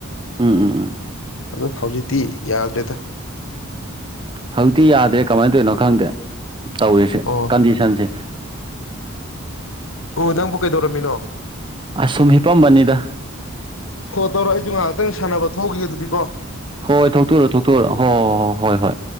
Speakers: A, on the right; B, on the left.
A: ꯎꯝ ꯎꯝ ꯎꯝ
B: ꯑ ꯍꯧꯖꯤꯛꯇꯤ ꯌꯥꯗ꯭ꯔꯦꯗ
A: ꯍꯧꯖꯤꯛꯇꯤ ꯌꯥꯗ꯭ꯔꯦ ꯀꯃꯥꯏꯅ ꯇꯧꯔꯤꯅꯣ ꯈꯪꯗꯦ ꯇꯧꯔꯤꯁꯦ
B: ꯑꯣ
A: ꯀꯟꯗꯤꯁꯟꯁꯦ
B: ꯑꯣ ꯅꯪꯕꯨ ꯀꯩꯗꯧꯔꯝꯃꯤꯅꯣ
A: ꯑꯁꯨꯝ ꯍꯤꯄꯝꯕꯅꯤꯗ
B: ꯑꯣ ꯇꯧꯔꯣ ꯑꯩꯁꯨ ꯉꯥꯏꯍꯥꯛꯇꯪ ꯁꯥꯟꯅꯕ ꯊꯣꯛꯎꯒꯤꯒꯦ ꯑꯗꯨꯗꯤ ꯀꯣ
A: ꯍꯣꯏ ꯊꯣꯛꯇꯣꯛꯎꯔꯣ ꯊꯣꯛꯇꯣꯛꯎꯔꯣ ꯍꯣ ꯍꯣ ꯍꯣ ꯍꯣꯏ ꯍꯣꯏ